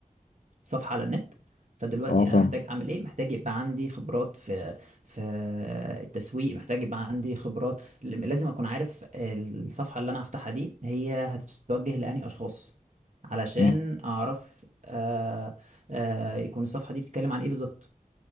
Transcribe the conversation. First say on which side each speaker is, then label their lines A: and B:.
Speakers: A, on the right; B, on the left.
A: صفحة على النت فدلوقتي
B: اه
A: انا
B: فاهم
A: محتاج اعمل ايه محتاج يبقى عندي خبرات في في التسويق محتاج يبقى عندي خبرات لازم اكون عارف الصفحة اللي انا هفتحها دي هي هتتوجه لأنهي اشخاص علشان
B: مم.
A: اعرف آه آه يكون الصفحة دي بتتكلم عن ايه بالظبط